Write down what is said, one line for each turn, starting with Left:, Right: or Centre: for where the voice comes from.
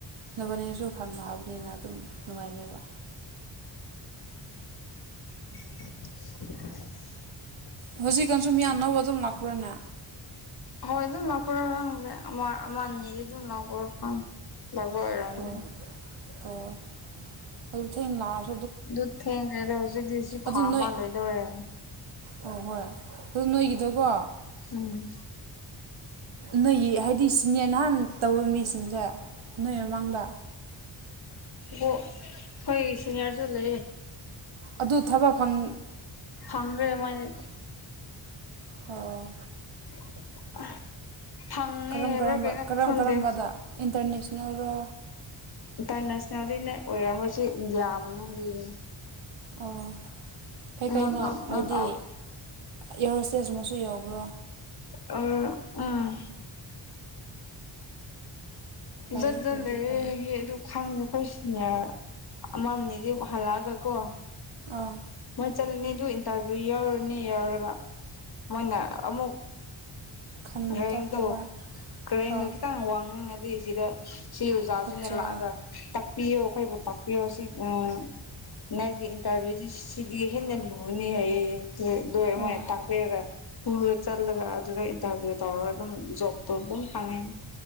Right: ꯅꯕꯥꯅꯤꯅꯁꯨ ꯐꯪꯉꯛꯑꯕꯅꯤꯅ ꯑꯗꯨꯝ ꯅꯨꯡꯉꯥꯏꯅꯦꯕ
Left: <inaudible>
Right: ꯍꯧꯖꯤꯛꯀꯥꯟꯁꯨ ꯃꯤꯌꯥꯝ ꯅꯧꯕ ꯑꯗꯨꯝ ꯂꯥꯛꯄ꯭ꯔꯥꯅꯦ
Left: ꯍꯣꯏ ꯑꯗꯨꯝ ꯂꯥꯛꯄꯔꯥ ꯈꯪꯗꯦ ꯑꯃ ꯑꯃ ꯑꯅꯤꯗꯤ ꯗꯨꯝ ꯂꯥꯛꯄꯔ ꯈꯪ ꯂꯥꯛꯕ ꯑꯣꯏꯔꯝꯅꯤ
Right: ꯑꯣ ꯑꯣ ꯑꯩ ꯊꯦꯡ ꯂꯥꯛ
Left: ꯑꯗꯨ ꯊꯦꯡꯈꯩꯗ ꯍꯧꯖꯤꯛꯗꯤ ꯁꯤ
Right: ꯑꯗꯨ
Left: ꯊꯥ
Right: ꯅꯣꯏ
Left: ꯃꯥ ꯂꯣꯏꯗꯧꯔꯦ
Right: ꯑꯣ ꯍꯣꯏ ꯑꯗꯨ ꯅꯣꯏꯒꯤꯗꯣꯀꯣ
Left: ꯎꯝ
Right: ꯅꯣꯏꯒꯤ ꯍꯥꯏꯗꯤ ꯁꯤꯅꯦ ꯅꯍꯥꯟ ꯇꯧꯕ ꯃꯤꯁꯤꯡꯁꯦ ꯅꯣꯏ ꯃꯃꯥꯡꯗ
Left: ꯑꯣ ꯑꯩꯈꯣꯏꯒꯤ ꯁꯤꯅꯤꯌꯥꯔꯁꯨ ꯂꯩꯌꯦ
Right: ꯑꯗꯨ ꯊꯕꯛ ꯐꯪ
Left: ꯐꯪꯈ꯭ꯔꯦ ꯃꯣꯏꯗꯤ
Right: ꯑꯣ
Left: <inaudible>
Right: ꯀꯔꯝ
Left: ꯍꯥꯏꯕ꯭ꯔꯥ
Right: ꯀꯔꯝꯕ
Left: ꯀꯩꯅꯣ
Right: ꯀꯔꯝ
Left: ꯈꯪꯗꯦ
Right: ꯀꯔꯝꯕꯗ ꯏꯟꯇꯔꯅꯦꯁꯅꯦꯜꯂꯣ
Left: ꯏꯟꯇ꯭ꯔꯅꯧꯁꯅꯦꯜꯗꯤꯅꯦ ꯑꯣꯏꯔꯝꯂꯣꯏ ꯁꯤ ꯏꯗꯤꯌꯥ ꯃꯅꯨꯡꯒꯤꯅꯤ
Right: ꯑꯣ ꯀꯩꯀꯩꯅꯣ
Left: ꯅꯣꯠ ꯅꯣꯠ
Right: ꯍꯥꯏꯗꯤ
Left: ꯅꯣꯠ ꯑꯥꯎꯠ
Right: ꯏꯌ꯭ꯔ ꯍꯣꯁꯇꯦꯁ ꯃꯁꯨ ꯌꯥꯎꯕ꯭ꯔꯣ
Left: ꯑꯣ ꯎꯝ
Right: ꯐꯩ
Left: ꯖꯠꯖꯠ
Right: ꯑꯗꯨꯗꯤ
Left: ꯂꯩꯌꯦ
Right: ꯐꯩ
Left: ꯗꯨ ꯈꯪꯅ <unintelligible> ꯑꯃ ꯅꯤꯗꯤ ꯍꯜꯂꯛꯑꯒ ꯀꯣ
Right: ꯑꯥ
Left: ꯇꯜꯂꯤꯅꯦ ꯑꯗꯨ ꯏꯟꯇꯔꯚꯤꯌꯨ ꯌꯥꯎꯔꯅꯤ ꯌꯥꯎꯔꯒ ꯃꯣꯏꯅ ꯑꯃꯨꯛ
Right: ꯈꯟ
Left: ꯔꯦꯡꯗꯣ
Right: ꯊꯣꯛꯇꯕ
Left: ꯔꯦꯡꯗꯣ
Right: ꯑꯥ
Left: ꯈꯤꯇꯪ ꯋꯥꯡꯅꯤꯡꯉꯗꯤ ꯁꯤꯗ ꯁꯤ ꯑꯣꯖꯥꯁꯤꯅ
Right: ꯑꯠꯆꯥ
Left: ꯂꯥꯛꯑꯒ ꯇꯥꯛꯄꯤꯌꯣ ꯑꯩꯈꯩꯕꯨ ꯇꯥꯛꯄꯤꯌꯣ ꯁꯤ ꯎꯝ ꯅꯣꯏꯒꯤ ꯏꯟꯇꯔꯚꯤꯌꯨꯗꯤ ꯁꯤꯗꯤ ꯍꯦꯟꯅ ꯂꯨꯅꯤ ꯍꯥꯏꯌꯦ
Right: ꯑꯣ
Left: <unintelligible> ꯇꯥꯛꯄꯤꯔꯒ ꯄꯨꯔ ꯆꯠꯂꯒ ꯑꯗꯨꯗꯩ ꯇꯞꯅ ꯇꯧꯔꯒ ꯗꯨꯝ ꯖꯣꯞ ꯇꯣꯞ ꯑꯗꯨꯝ ꯐꯪꯉꯦ